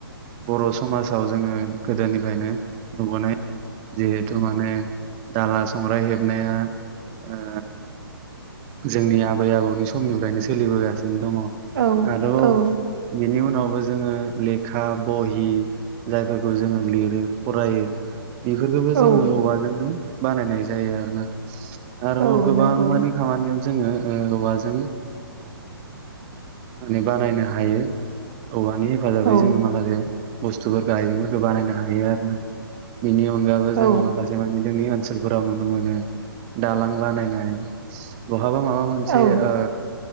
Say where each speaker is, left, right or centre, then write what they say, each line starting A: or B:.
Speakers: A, on the right (about 25°); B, on the right (about 55°).
A: बर' समाजाव जोङो गोदोनिफ्रायनो नुबोनाय। जिहेथु माने दाला-संग्राय हेबनाया ओ जोंनि आबै-आबौनि समनिफ्रायनो सोलिबोगासिनो दङ'।
B: औ
A: आरोबाव
B: औ
A: बिनि उनाव बो जोङो लेखा-बहि जायफोरखौ जोङो लिरो फरायो। बेफोरखौबो जोङो
B: औ
A: औवाजोंनो बानायनाय जायो आरो ना आरोबाव
B: औ
A: गोबां
B: नंगौ
A: मानिे जोङो औवाजों माने बानायनो हायो औवानि हेफाजाबै
B: औ
A: जोङो माखासे बुस्थुफोरखौ आइजेंफोरखौ बानायनो हायो आरो ना बिनि अनगाबो
B: औ
A: जोङो माखासे मानिे जोंनि ओनसोलफोराव नुनो मोनो दालां बानायनाय बहाबा माबा मोनसे
B: औ
A: ओ